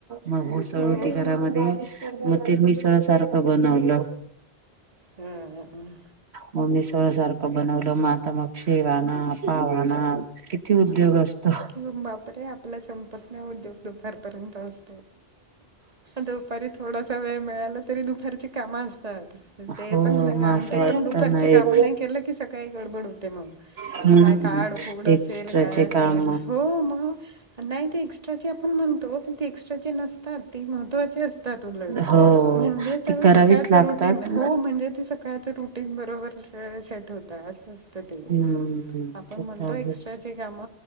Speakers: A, on the right (about 80°); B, on the right (about 35°).
A: मग उसळ
B: हो.
A: होती घरामध्ये मग ते मिसळ सारखं बनवलं.
B: हम्म.
A: मग मिसळ सारखं बनवलं मग आता शेवाना पाव आणा. किती उद्योग असतो.
B: कि बापरे आपल्या संपत नाही उद्योग दुपारपर्यंत अस दुपारी थोडासा वेळ मिळाला तरी दुपारीची काम असतात ते
A: हो
B: पण आणि
A: मग असं
B: ते
A: वाटतं
B: पण दुपारची
A: ना एक
B: काम नाही केलं की सकाळी गडबड होते मग.
A: हम्म
B: काय काडकूड असेल
A: एक्स्ट्राचे
B: काय असेल..
A: काम
B: हो मग नाही ते एक्स्ट्राचे आपण म्हणतो पण ते एक्स्ट्राचे नसतात. महत्वाची असतात उलट
A: हो
B: म्हणजे
A: ती करावीच
B: सकाळच
A: लागतात
B: रुटीन हो म्हणजे ते सकाळ..... सकाळचं रुटीन बरोबर सेट होता असं असतं ते.
A: हम्म
B: आपण
A: ते
B: म्हणतो
A: तर आहेच
B: एक्स्ट्राचे काम..